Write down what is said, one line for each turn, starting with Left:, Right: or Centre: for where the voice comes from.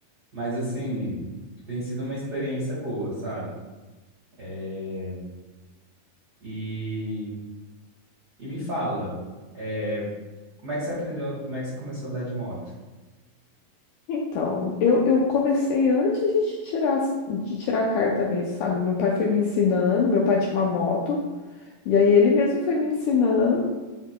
Right: Mas, assim, tem sido uma experiência boa, sabe? É, e, e me fala, é, como é que você aprendeu, como é que você começou a andar de moto?
Left: Então, eu, eu comecei antes de te tirar, as- de tirar a carta mesmo, sabe? Meu pai foi me ensinando, meu pai tinha uma moto, e aí ele mesmo foi me ensinando,